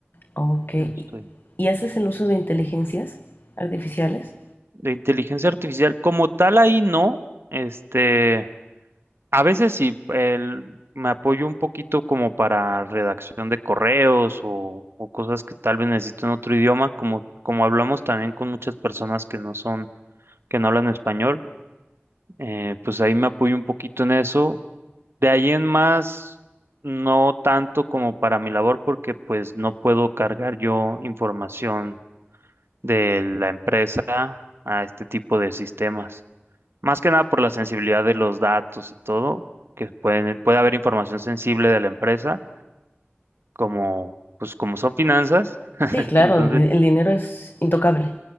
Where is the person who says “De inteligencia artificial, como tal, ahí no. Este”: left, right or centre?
Right